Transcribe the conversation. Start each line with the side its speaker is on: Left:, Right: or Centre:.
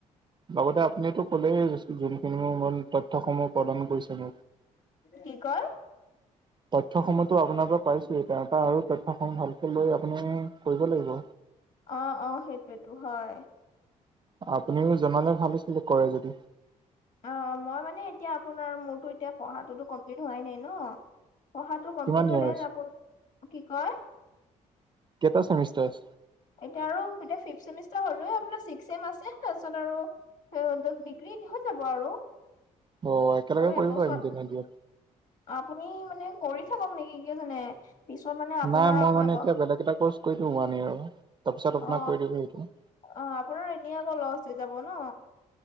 Right: লগতে আপুনিতো ক'লেই যোনখিনি তথ্যসমূহ প্ৰদান কৰিছে মোক
Left: কি কয়
Right: <inaudible> তথ্যসমূহতো আপোনাৰ পৰা পাইছোয়েই তাৰ পৰা আৰু তথ্যসমূহ ভালকে লৈ আপুনি কৰিব লাগিব
Left: অ অ সেইটোৱেতো হয়
Right: আপুনিও জনালে ভাল আছিলে কৰে যদি।
Left: অ মই মানে এতিয়া আপোনাৰ মোৰতো এতিয়া পঢ়াটোতো কমপ্লিট হোৱাই নাই ন পঢ়াটো কমপ্লিট
Right: কিমান ইয়াৰ
Left: হলে
Right: আছে?
Left: যাব কি কয়
Right: কেইটা ছেমিষ্টাৰ আছে?
Left: এতিয়া আৰু এতিয়া ফিফ চেমিষ্টাৰ হ'লোৱে আপোনাৰ ছিক্স ছেম আছে তাৰপাছত আৰু সেইটো ডিগ্ৰী শেষ হৈ যাব আৰু
Right: অ' একেলগে
Left: আৰু
Right: কৰিব
Left: এবছৰ
Right: পাৰিম তেনে দিয়ক।
Left: আপুনি মানে কৰি থাকক নেকি কিয় জানে? পিছত মানে আপোনাৰ
Right: নাই মই
Left: আকৌ
Right: মানে
Left: এব
Right: এতিয়া বেলেগ এটা কৰ্চ কৰি দিও ওৱান ইয়েৰৰ তাৰপিছত আপোনাক
Left: অ
Right: কৰি দিব এইটো।
Left: অ আপোনাৰ এনেই আকৌ লচ হৈ যাব ন।